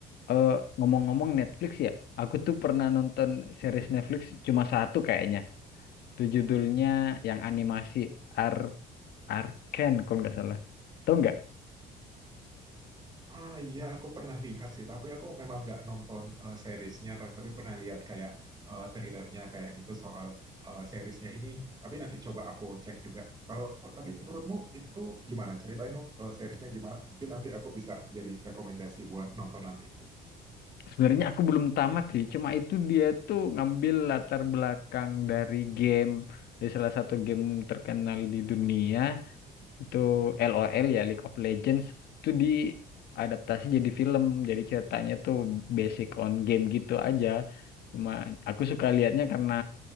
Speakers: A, on the left; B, on the right.
A: eh, ngomong-ngomong Netflix ya. Aku tuh pernah nonton series Netflix cuma satu kayaknya. Itu judulnya yang animasi Ar Arcane kalau nggak salah. Tahu nggak?
B: Ah iya, aku pernah lihat sih, tapi aku memang nggak nonton eh, seriesnya, tapi pernah lihat kayak eh, trailernya kayak gitu soal eh, seriesnya ini. Tapi nanti coba aku cek juga. Kalau tapi menurutmu itu gimana? Ceritain dong eh, seriesnya gimana? Mungkin nanti aku bisa jadi rekomendasi buat nonton nanti. gitu.
A: Sebenarnya aku belum tamat sih. Cuma itu dia tuh ngambil latar belakang dari game, dari salah satu game terkenal di dunia. itu LOL ya League of Legends itu diadaptasi jadi film jadi ceritanya tuh basic on game gitu aja cuma aku suka lihatnya karena